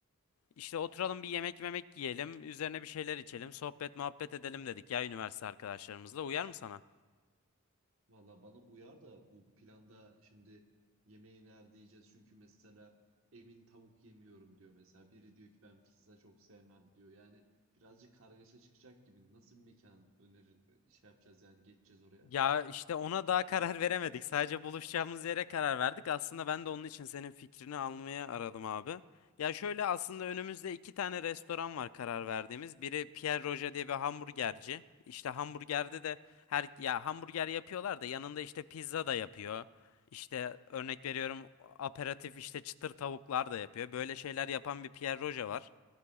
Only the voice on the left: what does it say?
İşte oturalım bir yemek yemek yiyelim, üzerine bir şeyler içelim, sohbet muhabbet edelim dedik ya üniversite arkadaşlarımızla. Uyar mı sana?
Ya işte ona daha karar veremedik. Sadece buluşacağımız yere karar verdik. Aslında ben de onun için senin fikrini almaya aradım abi. Ya şöyle aslında önümüzde iki tane restoran var karar verdiğimiz. Biri Pierre Roger diye bir hamburgerci. İşte hamburgerde de her ya hamburger yapıyorlar da yanında işte pizza da yapıyor. İşte örnek veriyorum aperatif işte çıtır tavuklar da yapıyor. Böyle şeyler yapan bir Pierre Roger var.